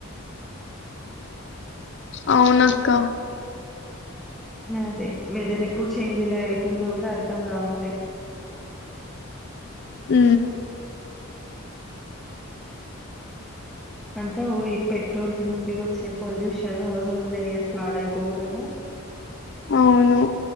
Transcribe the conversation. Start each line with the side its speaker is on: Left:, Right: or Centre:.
Left: అ వునక్క
Centre: అదే వెదర్ ఎప్పుడు చేంజ్లా అవుతుందో కూడా అర్థం కావట్లే
Left: ఊ
Centre: అంతా ఈ పెట్రోల్ నుండి వచ్చే పొల్యూషన్ ఓజోన్ లేయర్ పాడై పోవడము
Left: అవును